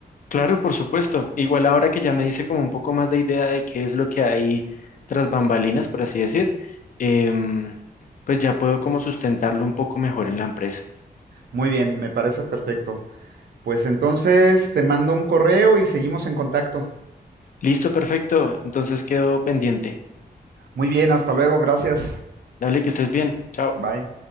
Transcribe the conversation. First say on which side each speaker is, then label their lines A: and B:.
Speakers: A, on the left; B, on the right.
A: Claro, por supuesto. Igual ahora que ya me hice como un poco más de idea de qué es lo que hay tras bambalinas, por así decir, em, pues ya puedo como sustentarlo un poco mejor en la empresa.
B: Muy bien, me parece perfecto. Pues entonces te mando un correo y seguimos en contacto.
A: Listo, perfecto. Entonces quedo pendiente.
B: Muy bien, hasta luego, gracias.
A: Dale, que estés bien. Chao.
B: Bye.